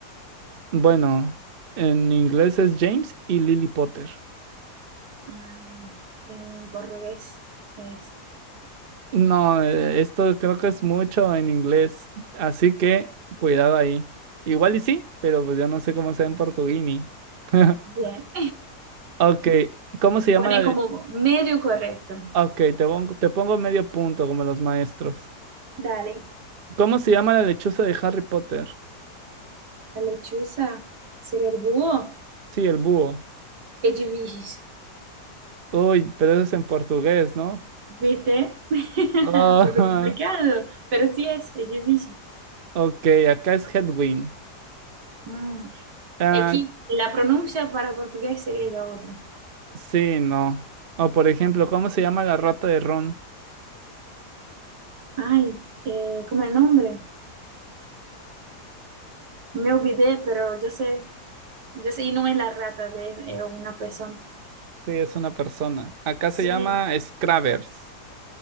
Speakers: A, on the right; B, on the right.
A: Bueno, en inglés es James y Lily Potter.
B: Ah, en portugués. Eso.
A: No, eh, esto creo que es mucho en inglés, así que cuidado ahí. Igual y sí, pero pues yo no sé cómo sea en portuguini. <laughs>
B: Bien.
A: Ok, ¿cómo se llama
B: Pone
A: la lechuza?
B: como medio correcto.
A: Ok, te pongo, te pongo medio punto como los maestros.
B: Dale.
A: ¿Cómo se llama la lechuza de Harry Potter?
B: La lechuza sería el búho.
A: Sí, el búho.
B: Edifícios.
A: Uy, pero eso es en portugués, ¿no?
B: ¿Viste? <laughs>
A: Ah,
B: Un poco complicado, pero sí es edifício.
A: <laughs> ok, acá es Hedwig.
B: Mm.
A: Ah,
B: Aquí la pronuncia para portugués sería ya otra.
A: sí, no. O por ejemplo, ¿cómo se llama la rata de Ron?
B: Ay, eh, ¿cómo es el nombre? Me olvidé, pero yo sé. Yo soy no es la rata de eh, una persona.
A: Sí, es una persona. Acá
B: Sí,
A: se llama Scravers.